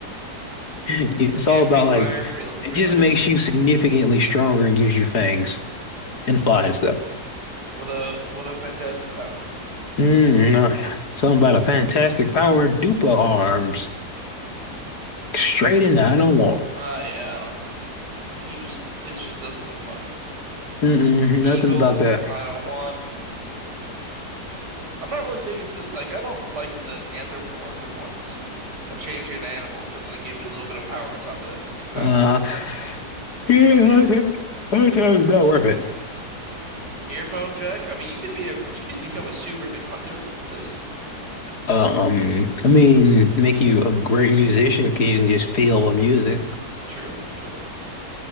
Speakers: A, on the left; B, on the right.
A: it's
B: Can't
A: all about
B: breathe
A: like
B: fire? Pretty
A: it
B: pretty
A: just
B: lame.
A: makes you significantly stronger and gives you fangs and flies
B: Great.
A: though.
B: What a what a fantastic power.
A: Mm, uh, something about a fantastic power, Dupla arms. Straight in, I don't want.
B: Uh yeah, I don't. yeah, he just it just doesn't look fun.
A: Mm-mm,
B: Eagle,
A: nothing about that.
B: I don't want. I'm not really big into like I don't like the anthropomorphic ones that change you into animals and then they give you a little bit of power on top of that. It's not
A: Uh, yeah,
B: ideal.
A: I think I think it's not worth it.
B: Earphone jack. I mean, you could be a you could become a super good hunter with this.
A: Um, I mean, make you a great musician because you can just feel the music.
B: True, true.